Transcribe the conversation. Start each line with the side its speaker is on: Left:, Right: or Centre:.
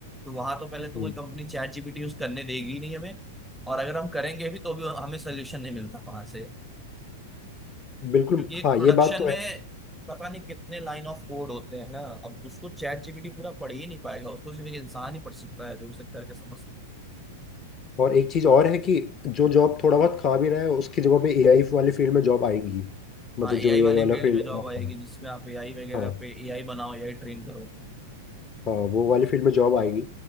Centre: तो वहां तो पहले तो
Left: हम्म,
Centre: कोई कंपनी चैट जीपीटी यूज करने देगी ही नहीं हमें और अगर हम करेंगे भी तो भी हमें सोल्यूशन नहीं मिलता वहां से
Left: बिल्कुल
Centre: क्योंकि एक
Left: हाँ
Centre: प्रोडक्शन
Left: ये बात तो
Centre: में
Left: है
Centre: पता नहीं कितने लाइन ऑफ कोड होते हैं ना अब उसको चैट जीपीटी पूरा पढ़ ही नहीं पाएगा उसको सिर्फ एक इंसान ही पढ़ सकता है जो उसे करके समझ सकता
Left: और एक चीज और है कि जो जॉब थोड़ा बहुत खा भी रहा है उसकी जगह पे एआई वाले फील्ड में जॉब आएंगी मतलब
Centre: है हाँ एआई
Left: जो एआई
Centre: वाली
Left: वाला
Centre: फील्ड
Left: फील्ड
Centre: में जॉब
Left: है
Centre: आएगी
Left: हाँ
Centre: जिसमें आप एआई वगैरह
Left: हाँ
Centre: पे एआई बनाओ एआई ट्रेन करो
Left: हाँ, वो वाले फील्ड में जॉब आएगी